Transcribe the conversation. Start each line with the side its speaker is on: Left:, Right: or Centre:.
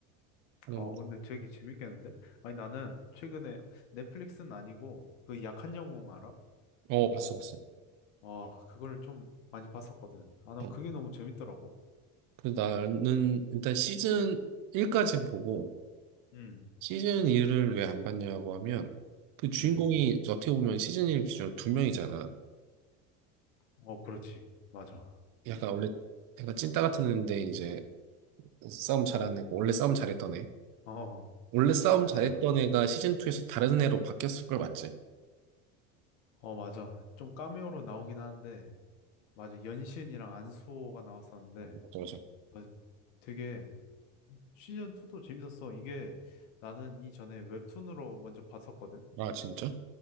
Right: 그냥
Left: 어, 근데 되게 재밌겠는데? 아니, 나는 최근에 넷플릭스는 아니고 그 약한 영웅 알아?
Right: 어 봤어 봤어.
Left: 와, 그거를 좀 많이 봤었거든. 아, 나
Right: 어.
Left: 그게 너무 재밌더라고.
Right: 그 나는 일단 시즌 1까지 보고
Left: 음,
Right: 시즌 2를 왜 안 봤냐고 하면 그 주인공이
Left: 음.
Right: 어떻게 보면 시즌 1 기준으로 두 명이잖아.
Left: 어, 그렇지. 맞아.
Right: 약간 원래 약간 찐따 같은 애인데 이제 싸움 잘하는 애고 원래 싸움 잘했던 애.
Left: 어,
Right: 원래 싸움
Left: 맞아.
Right: 잘했던 애가 시즌 2에서 다른 애로 바뀌었을 걸 맞지?
Left: 어, 맞아. 좀 카메오로 나오긴 하는데, 맞아. 연신이랑 안수호가 나왔었는데,
Right: 맞아, 맞아.
Left: 맞아. 되게 시즌 2도 재밌었어. 이게 나는 이전에 웹툰으로 먼저 봤었거든.
Right: 아, 진짜?